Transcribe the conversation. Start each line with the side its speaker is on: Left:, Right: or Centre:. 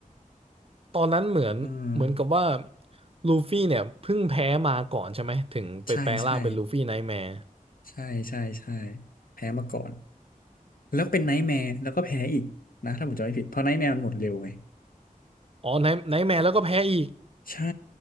Right: ตอนนั้นเหมือนเหมือนกับว่า
Left: เออ
Right: ลูฟี่เนี่ยเพิ่งแพ้มาก่อนใช่ไหมถึงไปแปลงร่างเป็นลูฟี่ไนท์แมร์
Left: ใช่ใช่ใช่ใช่ใช่แพ้มาก่อนแล้วเป็นไนท์แมร์แล้วก็แพ้อีกนะถ้าผมจำไม่ผิดเพราะไนท์แมร์มันหมดเร็วไง
Right: อ๋อไนท์ไนท์แมร์แล้วก็แพ้อีก
Left: ใช่